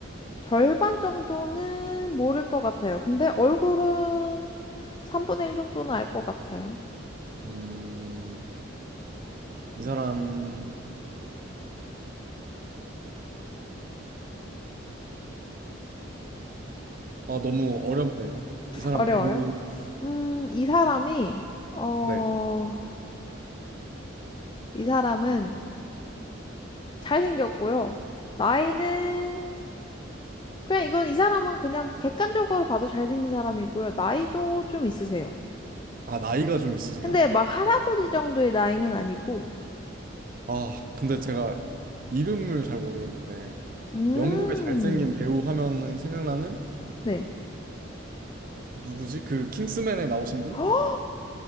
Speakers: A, on the left (about 25°); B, on the right (about 45°).
A: 절반 정도는 모를 것 같아요. 근데 얼굴은 3분의 1 정도는 알 것 같아요.
B: 음, 이 사람, 아, 너무 어렵네요. 이 사람
A: 어려워요?
B: 배우,
A: 음, 이 사람이, 어,
B: 네.
A: 이 사람은 잘생겼고요. 나이는, 그냥 이건 이 사람은 그냥 객관적으로 봐도 잘생긴 사람이고요. 나이도 좀 있으세요.
B: 아, 나이가 좀 있으세요?
A: 근데 막 할아버지 정도의 나이는 아니고,
B: 아, 근데 제가 이름을 잘 모르겠는데,
A: 음,
B: 영국의 잘생긴 배우 하면은 생각나는
A: 네.
B: 누구지? 그 킹스맨에 나오신 분?
A: <gasps>